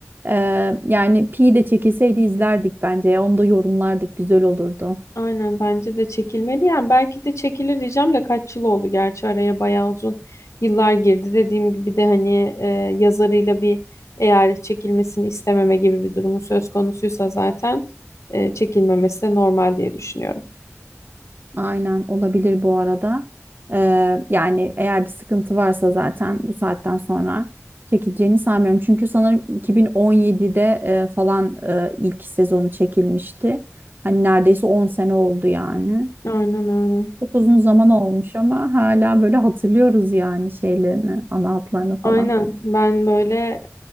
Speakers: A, on the right; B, on the left.
A: Ee, yani Pi de çekilseydi izlerdik bence. ya. Onu da yorumlardık. Güzel olurdu.
B: Aynen bence de çekilmeli yani. Belki de çekilir diyeceğim de kaç yıl oldu gerçi araya bayağı uzun yıllar girdi. Dediğim gibi de hani e, yazarıyla bir eğer çekilmesini istememe gibi bir durumu söz konusuysa zaten e, çekilmemesi de normal diye düşünüyorum.
A: Aynen olabilir bu arada. Ee, yani eğer bir sıkıntı varsa zaten bu saatten sonra çekileceğini sanmıyorum. Çünkü sanırım 2017'de e, falan e, ilk sezonu çekilmişti. Hani neredeyse 10 sene oldu yani.
B: Aynen öyle.
A: Çok uzun zaman olmuş ama hala böyle hatırlıyoruz yani şeylerini, ana hatlarını falan.
B: Aynen. Ben böyle